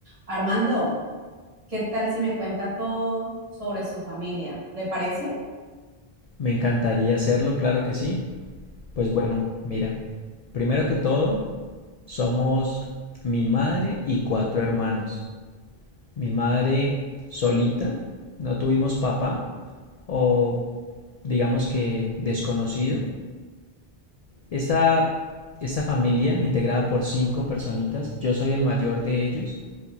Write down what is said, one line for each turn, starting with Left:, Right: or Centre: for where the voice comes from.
Right: Armando, ¿qué tal si me cuenta todo sobre su familia? ¿Le parece?
Left: Me encantaría hacerlo, claro que sí. Pues bueno, mira, primero que todo, somos mi madre y cuatro hermanos. Mi madre solita, no tuvimos papá o digamos que desconocido. Esta, esta familia integrada por cinco personitas, yo soy el mayor de ellos,